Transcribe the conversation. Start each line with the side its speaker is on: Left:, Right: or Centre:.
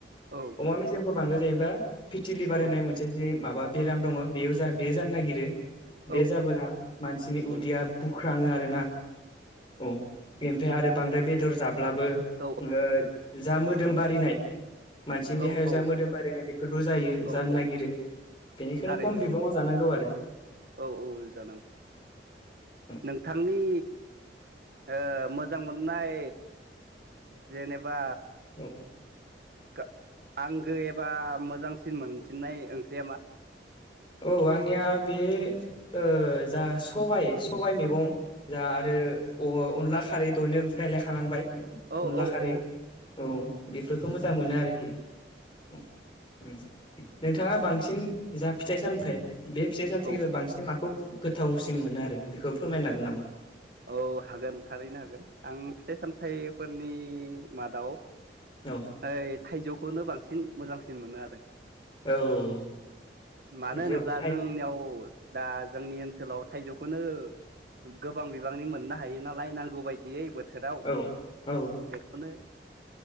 Right: औ
Left: अमा मेजेमखौ बांद्राय जायोब्ला फिटिलिभार होननाय
Right: औ
Left: मोनसे जे माबा बेराम दङ' बेयाव जा बेयो जानो नागिरो। बे
Right: औ
Left: जाबोला मानसिनि
Right: औ
Left: उदैया बु ख्राङो आरो ना। औ बेनिफ्राय आरो बांद्राय बेदर जा ब्लाबो
Right: औ
Left: ओ जा मोदोम बारिनाय मानसिनि देहायाव
Right: औ
Left: जा
Right: औ
Left: मोदोम बारिनाय बे फोरबो जायो जानो
Right: औ
Left: नागिरो।
Right: औ
Left: बेनिखायनो
Right: थारैनो
Left: खम बिबाङाव जानांगौ आरो
Right: औ औ औ जानांगौ।
Left: औ
Right: नोंथांनि ओ मोजां मोननाय जेने बा
Left: औ
Right: गा आंगो एबा मोजांसिन मोनसिननाय ओंख्रिया मा?
Left: औ आंनिया बे ओ जा सबाइ सबाइ मैगं जा आरो अ-अनला खारै दहायनो रायलायखालांबाय।
Right: औ
Left: अनला
Right: औ
Left: खारै
Right: औ
Left: औ बेफोरखौ मोजां
Right: थारैनो
Left: मोनो आरोखि औ उम। नोंथाङा बांसिन जा फिथाइ सामथाइ बे फिथाइ सामथाइनि
Right: औ
Left: गेजेराव बांसिन माखौ गोथावसिन मोनो आरो बेखौ फोरमायनो हागोन नामा?
Right: औ हागोन थारैनो हागोन। आं फिथाइ सामथाइफोरनि मादाव
Left: औ
Right: ओइ थाइजौ खौनो बांसिन मोजांसिन मोनो आरो
Left: औ
Right: मानो
Left: थाइजौ
Right: होनोब्ला
Left: थाइ
Right: जोंनियाव दा जोंनि ओनसोलाव थाइजौखोनो गो थायो नालाय नांगौ बायदियै बो थोराव
Left: औ औ
Right: बेखौनो